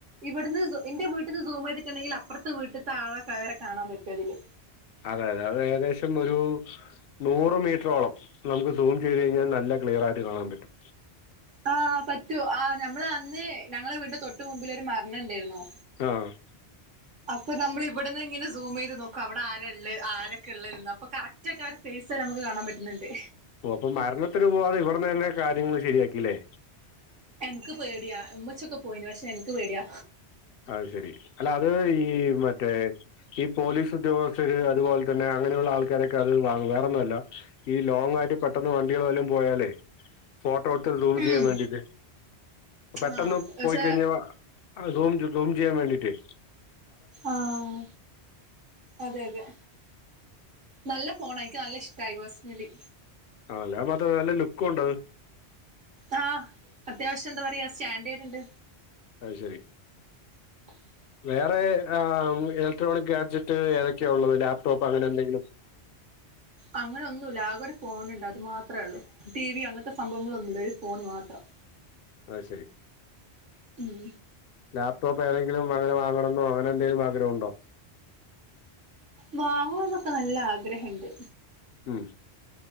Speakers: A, on the right; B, on the left.
A: ഇവിടുന്ന് എന്റെ വീട്ടിൽന്ന് സൂമേയ്ത്ട്ട് ഉണ്ടെങ്കിൽ അപ്പുറത്തെ വീട്ടത്തെ ആളെ വരെ കാണാൻ പറ്റും ഇതില്
B: അതെ അതെ അത് ഏകദേശം ഒരു നൂറ് മീറ്ററോളം നമുക്ക് സൂം ചെയ്തു കഴിഞ്ഞാൽ നല്ല ക്ലിയർ ആയിട്ട് കാണാൻ പറ്റും
A: ആഹ് പറ്റു, ആഹ് നമ്മൾ അന്ന് ഞങ്ങളെ വീടിന്റെ തൊട്ട് മുന്പിൽ ഒരു മരണം ഉണ്ടായിരുന്ന്
B: ആഹ്
A: അപ്പൊ നമ്മൾ ഇവിടന്ന് ഇങ്ങനെ സൂം ചെയ്ത് നോക്കും അവിടെ ആരള്ള ആരൊക്കെ ഉള്ളന്ന് അപ്പൊ കറക്ട് കറക്റ്റ് ആയിട്ടവരെ ഫേസ് വരെ നമുക്ക് കാണാൻ പറ്റുന്നുണ്ട്
B: ഓഹ് അപ്പൊ മരണത്തിന് പോവാതെ ഇവിട്ന്ന് തന്നെ കാര്യങ്ങൾ ശരിയാക്കില്ലേ
A: എനിക്ക് പേടിയാ ഉമ്മച്ചിയോക്കെ പോയിന് പക്ഷെ എനിക്ക് പേടിയാ
B: അത് ശരി അല്ല അത് ഈ മറ്റേ ഈ പോലീസ് ഉദ്യോഗസ്ഥര് അതുപോലെ തന്നെ അങ്ങനെയുള്ള ആൾക്കാരൊക്കെ അത് വാങ്ങും വേറെന്നുല്ല ഈ ലോങ് ആയിട്ട് പെട്ടെന്ന് വണ്ടികൾ വല്ലതും പോയാലേ ഫോട്ടോ എടുത്ത് സൂം ചെയ്യാൻ
A: ഉം
B: വേണ്ടീട്ട് പെട്ടെന്ന്
A: ആഹ് പക്ഷെ
B: പോയി കഴിഞ്ഞാൽ സൂം സൂ ചെയ്യാൻ വേണ്ടീട്ട്
A: ആഹ് അതെ അതെ നല്ല ഫോണ യിക്ക് നല്ല ഇഷ്ടമായി പേഴ്സണലി
B: ആ അല്ലെ മറ്റേ അല്ല നല്ല ലുക്കും ഉണ്ട് അത്
A: ആഹ് അത്യാവശ്യം എന്താ പറയാ സ്റ്റാൻഡേർഡ് ഉണ്ട്
B: അത് ശരി
A: <inaudible>
B: വേറെ ആഹ് ഇലക്ട്രോണിക് ഗാഡ്ജറ്റ് ഏതൊക്കെയ ഉള്ളത് ലാപ്ടോപ്പ് അങ്ങനെ എന്തെങ്കിലും
A: അങ്ങനെ ഒന്നുല്ല ആകെ ഒരു ഫോണുണ്ട് അത് മാത്രമേള്ളൂ ടി വി അങ്ങനത്തെ സംഭവങ്ങളൊന്നുമല്ല ഒരു ഫോണ് മാത്രം
B: അത് ശരി
A: ഉം
B: ലാപ്ടോപ്പ് ഏതെങ്കിലും അങ്ങനെ വാങ്ങാണംന്നോ അങ്ങനെ എന്തങ്കിലും ആഗ്രഹണ്ടോ?
A: വാങ്ങുന്നക്കെ നല്ല ആഗ്രഹണ്ട്.
B: ഉം